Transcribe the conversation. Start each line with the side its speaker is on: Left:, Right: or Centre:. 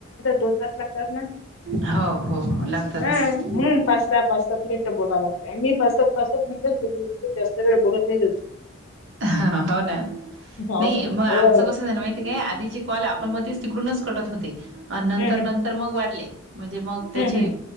Left: दोन त
Right: हो हो हो लागतातच
Left: म्हणून पाच सात मिनिटं बोव लागते आणि मी पाच सात पाच सात मिटच बोल जास्त वेळ बोलत नाही
Right: ह हो ना
Left: हो
Right: नाही मग आमचं
Left: एवढा वेळ
Right: कसं झालं माहि य आधीचे कॉल आपण मध्येच तिकडूनच कटत होते आणि नंतर
Left: हम्म हम्म
Right: नंतर मग वाढले म्हणजे मग त्याचे
Left: हम्म हम्म